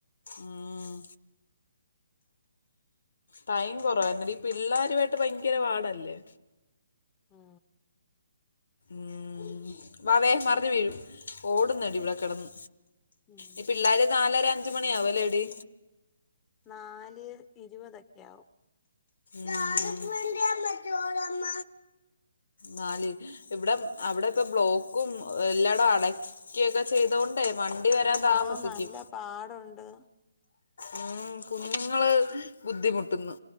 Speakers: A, on the left; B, on the left.
A: ഉം ടൈം കൊറവായിട്ട ഈ പിള്ളാരുമായിട്ട് ഭയങ്കര പാടല്ലേ
B: മ്
A: മ് വാവേ മറഞ്ഞു വീഴും ഓടുന്നടി ഇവിടെ കിടന്
B: ഉം
A: ഇ പിള്ളേര് നാലര അഞ്ച മണിയവും ആവലേടി
B: നാല് ഇരുപതൊക്കെ ആവും
A: താക്ക് വേണ്ടിയമ്മ ചോറമ്മ നാല് ഇവിടെ അവിടെ ഇപ്പ ബ്ലോക്കും എല്ലായിടും അട കേക്കെ ചെയ്തൊണ്ടേ വണ്ടി വരാൻ
B: മാ
A: താമസിക്കും
B: നല്ല പാടുണ്ട്
A: ഉം കുഞ്ഞുങ്ങള് ബുദ്ധിമുട്ടുന്നു.